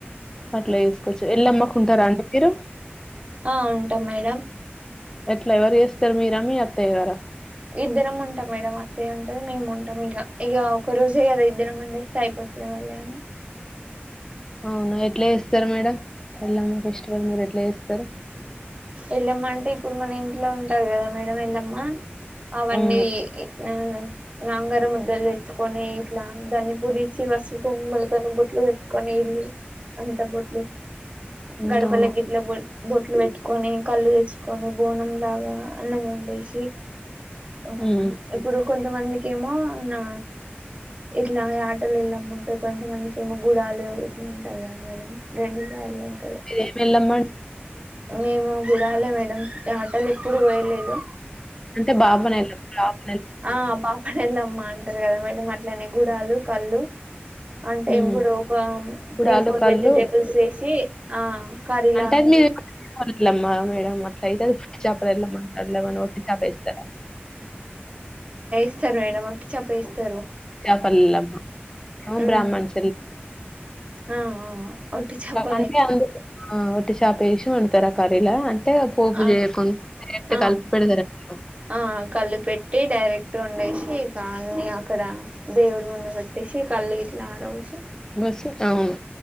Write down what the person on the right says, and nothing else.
ఆ ఉంటం మేడం
ఇద్దరం ఉంటం మేడం అత్తయ్య ఉంటది మేము ఉంటం ఇగ ఒక రోజే కదా ఇద్దరం ఉండేస్తే అయిపో తేవాలి అని
ఎల్లమ్మ అంటే ఇప్పుడు మన ఇంట్లో ఉంటది కదా మేడం ఎల్లమ్మ అవన్నీ
<unintelligible> నాంగారం ముద్దలు తెచ్చుకొని ఇట్లా దాన్ని పుదిచ్చి వసుపు, కుంకుమలతో బొట్లు పెట్టుకొని అంత బోట్లు
గడపల
గిట్ల బో బొట్లు పెట్టుకొని కళ్ళు తెచ్చుకొని బోనం లాగా అన్నం వండేషి ఆ
ఇప్పుడు కొంతమందికెమో నా ఇట్లా యాటల్ ఎల్లమ్మను అంటే కొంతమందికెమో గుడాలు ఇట్లా ఉంటది కదా మేడం రెండు సార్లు ఉంటది
మేము గుడాలే మేడం యటలు ఎప్పుడు కొయలేదు
ఆ బాపని ఎల్లమ్మ అంటరు కదా మేడం అట్లనే గుడాలు, కళ్ళు అంటే
ఇప్పుడు ఒక
త్రీ, ఫోర్
వెజిటేబుల్స్ చెసి ఆ కర్రీలా
ఇస్తరు మేడం ఒట్టి చప్పేస్తరు.
ఉమ్
ఆ ఆ వట్టి చేప
ఆ
ఆ ఆ కళ్ళు పెట్టి డైరెక్ట్ వండేసి ఇకా అన్ని అక్కడ దేవుడి ముందు పెట్టేసి కళ్ళు గిట్లా ఆరబోసి